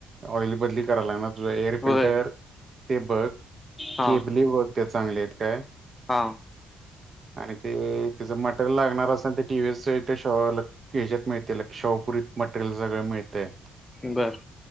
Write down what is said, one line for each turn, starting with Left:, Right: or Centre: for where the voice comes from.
Right: ऑइल बदली कराय लागणार जो एअर
Left: होय
Right: फिल्टर ते बघ
Left: हा
Right: केबली बघ ते चांगले आहेत काय
Left: हा
Right: आणि ते त्याचं मटेरियल लागणार असेल ते टीव्ही ते शॉर ह्याच्यात मिळतील क्षवपुरीत मटेरियल सगळे मिळते
Left: बर